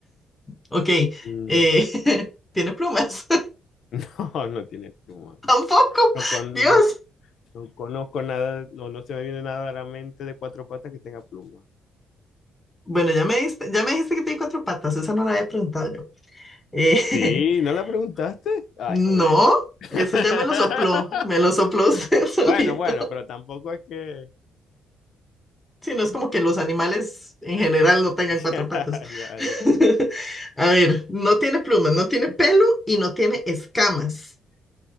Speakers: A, on the left (about 15°); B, on the left (about 70°).
A: Ok,
B: Mm,
A: eh, <laughs> tiene plumas, <laughs>
B: <laughs> No, no tiene pluma.
A: tampoco,
B: No, con-
A: Dios.
B: no No conozco nada, no, no se me viene nada a la mente de cuatro patas que tenga pluma.
A: Bueno, ya me diste, ya me dijiste que tiene cuatro patas, esa no la había preguntado yo. Eh,
B: Sí, ¿no la preguntaste?
A: <laughs>
B: Ay,
A: no,
B: joder. <laughs>
A: eso ya me lo sopló, me lo sopló usted <laughs> solito.
B: Bueno, bueno, pero tampoco es que...
A: Si no es como que los animales en general no tengan
B: <laughs>
A: cuatro
B: Ya,
A: patas.
B: ya,
A: <laughs>
B: ya.
A: A ver, no tiene plumas, no tiene pelo y no tiene escamas.